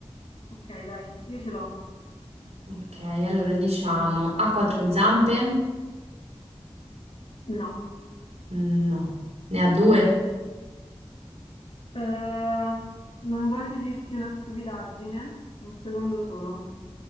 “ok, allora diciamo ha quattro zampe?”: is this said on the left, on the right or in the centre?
Right